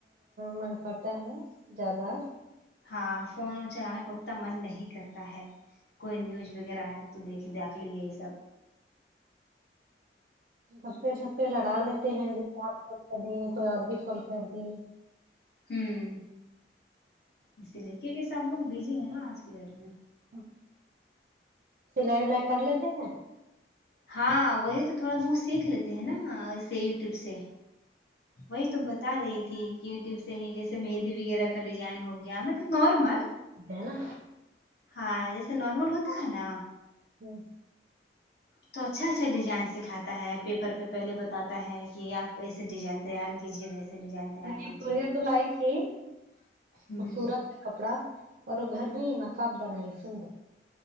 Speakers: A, on the right; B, on the left.
A: من کرتا ہے جیادہ
B: ہاں فون چلانے کا اتنا من نہیں کرتا ہے کوئی نیوز وغیرہ آیا تو دیکھ دیکھ لی ہے یہ سب
A: گپے شپے لڑا لیتے ہیں جو سپ کھول کر دیے کوئی اور بھی کھول کر دی
B: ہوں اسی لیے کیونکہ سب لوگ بجی ہیں نا آج کی ڈیٹ میں
A: ہ سلائی ولائی کر لیتے ہیں
B: ہاں وہی تو تھوڑا بہت سیکھ لیتے ہیں نا اسے یوٹیوب سے وہی تو بتا رہی تھی کہ یوٹیوب سے ہی جیسے مہدی وغیرہ کا ڈیزائن ہوگی مطلب نارمل
A: ہے نا
B: ہاں جیسے نارمل ہوتا ہے نا
A: ہوں
B: تو اچھا سے ڈیزائن سکھاتا ہے پیپر پہ پہلے بتاتا ہے کہ آپ ویسے ڈیزائن تیار کیجیے ویسے ڈیزائن تیار
A: مے
B: کیجیے
A: بورجے
B: پیپر
A: ت
B: سے
A: ل ہے تھ ہی
B: ہوں
A: خوبصورت ہے کپڑا اور وہ گھر بھی نقاب بناائی سندر